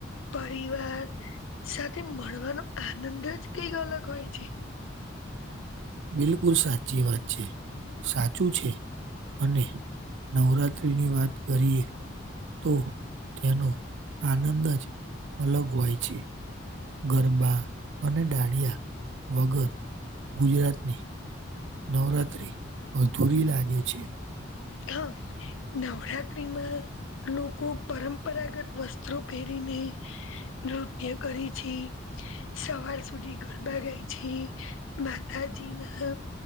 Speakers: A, on the left; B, on the right.
A: પરિવાર. સાથે મળવાનો આનંદ જ કઈક અલગ હોય છે.
B: બિલકુલ સાચી વાત છે. સાચું છે. અને નવરાત્રીની વાત કરીએ તો તેનો આનંદ જ અલગ હોય છે. ગરબા અને ડાળયા વગર ગુજરાતની નવરાત્ર્રી અધૂરી લાગે છે.
A: હા નવરાત્રીમાં લોકો પરંપરાગત વસ્ત્રો પહેરી ને નૃત્ય કરી છે, સવાર સુધી ગરબા ગાય છે. માતાજી ના